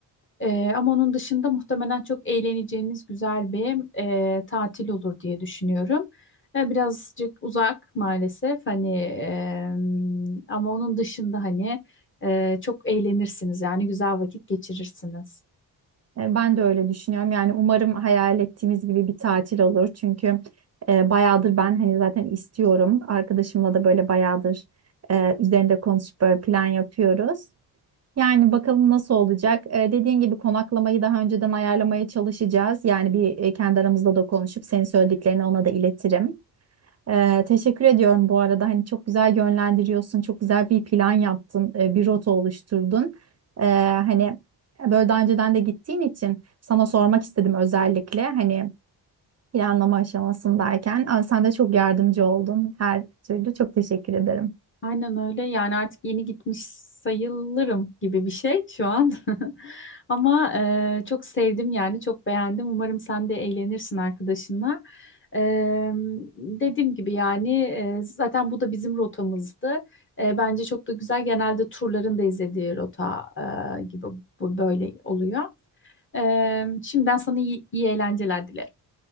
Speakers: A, on the left; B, on the right.
A: E, ama onun dışında muhtemelen çok eğleneceğiniz güzel bir e, tatil olur diye düşünüyorum. E, birazcık uzak maalesef hani e, ama onun dışında hani e, çok eğlenirsiniz yani güzel vakit geçirirsiniz.
B: E, ben de öyle düşünüyorum. Yani umarım hayal ettiğimiz gibi bir tatil olur. Çünkü e, bayağıdır ben hani zaten istiyorum. Arkadaşımla da böyle bayağıdır e, üzerinde konuşup böyle plan yapıyoruz. Yani bakalım nasıl olacak. Ee, dediğin gibi konaklamayı daha önceden ayarlamaya çalışacağız. Yani bir e, kendi aramızda da konuşup senin söylediklerini ona da iletirim. Ee, teşekkür ediyorum bu arada. Hani çok güzel yönlendiriyorsun, çok güzel bir plan yaptın, e, bir rota oluşturdun. Ee, hani böyle daha önceden de gittiğin için sana sormak istedim özellikle. Hani planlama aşamasındayken. Aa, sen de çok yardımcı oldun her türlü. Çok teşekkür ederim.
A: Aynen öyle. Yani artık yeni gitmiş sayılırım gibi bir şey şu an. <laughs> Ama e, çok sevdim yani çok beğendim. Umarım sen de eğlenirsin arkadaşınla. E, dediğim gibi yani e, zaten bu da bizim rotamızdı. E, bence çok da güzel. Genelde turların da izlediği rota e, gibi bu böyle oluyor. E, şimdiden sana iyi, iyi eğlenceler dilerim.